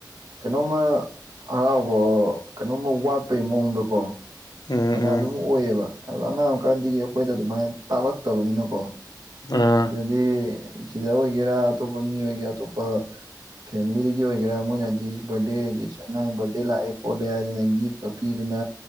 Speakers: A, on the right; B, on the left.
A: ꯀꯩꯅꯣꯝꯃ ꯍꯔꯥꯎꯕ ꯀꯩꯅꯣꯝꯃ ꯋꯥꯠꯄꯒꯤ ꯃꯑꯣꯡꯗꯀꯣ꯫
B: ꯎꯝ ꯎꯝ
A: ꯑꯣꯏꯌꯦꯕ ꯍꯥꯏꯕ ꯑꯉꯥꯡꯀꯥꯟꯗꯒꯤ ꯑꯩꯈꯣꯏꯗ ꯑꯗꯨꯃꯥꯏꯅ ꯇꯥꯛꯂꯛꯇꯕꯅꯤꯅꯀꯣ,
B: ꯑ
A: ꯁꯤꯗꯗꯤ ꯁꯤꯗ ꯑꯣꯏꯒꯦꯔꯥ ꯑꯇꯣꯞꯄ ꯃꯤ ꯑꯣꯏꯒꯦꯔꯥ ꯑꯇꯣꯞꯄ, ꯐꯦꯃꯤꯂꯤꯗꯒꯤ ꯑꯣꯏꯒꯦꯔꯥ ꯃꯣꯏꯅꯗꯤ ꯕꯥꯔꯗꯦꯖꯤꯁ ꯑꯉꯥꯡꯒꯤ ꯕꯥꯔꯗꯦ ꯂꯥꯛꯑꯦ ꯈꯣꯠꯂꯦ ꯍꯥꯏꯗꯅ ꯒꯤꯐ ꯀ ꯄꯤꯗꯨꯅ